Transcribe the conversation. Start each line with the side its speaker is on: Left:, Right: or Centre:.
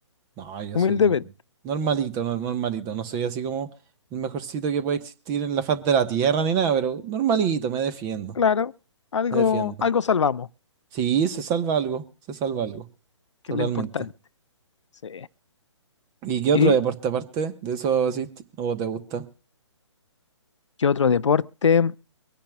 Right: No, yo
Left: humildemente.
Right: soy normalito, no- normalito. No soy así como el mejorcito que puede existir en la faz de la tierra ni nada, pero normalito, me defiendo,
Left: Claro, algo,
Right: me defiendo.
Left: algo salvamos,
Right: Sí, se salva algo, se salva algo.
Left: que
Right: totalmente.
Left: es lo importante. Sí.
Right: ¿Y qué otro
Left: ¿Y
Right: deporte aparte de eso asiste o te gusta?
Left: qué otro deporte?